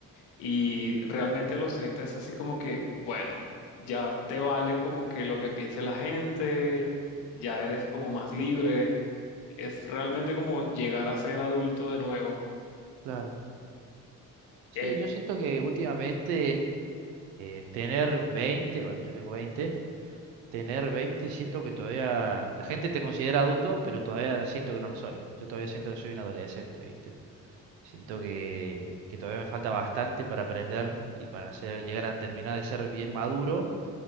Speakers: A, on the left; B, on the right.
A: Y realmente a los 30 es así como que, bueno, ya te vale como que lo que piense la gente, ya eres como más libre. Es realmente como llegar a ser adulto de nuevo.
B: claro. Sí,
A: Eh,
B: yo siento que últimamente eh, tener 20 bueno, yo tengo 20 tener 20 siento que todavía la gente te considera adulto, pero todavía siento que no lo soy. Yo todavía siento que soy un adolescente, ¿viste? Siento que, que todavía me falta bastante para aprender y para hacer, llegar a terminar de ser bien maduro.